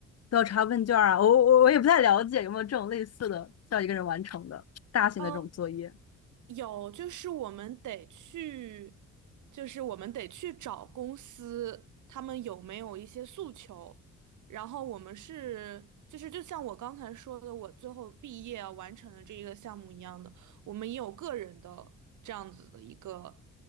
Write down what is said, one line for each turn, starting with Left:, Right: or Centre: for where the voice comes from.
Left: 调查问卷啊。我我我也不太了解有没有这种类似的，需要一个人完成的大型的这种作业。
Right: 嗯，有，就是我们得去，就是我们得去找公司，他们有没有一些诉求。然后我们是，就是就像我刚才说的，我最后毕业啊完成的这一个项目一样的，我们也有个人的这样子的一个，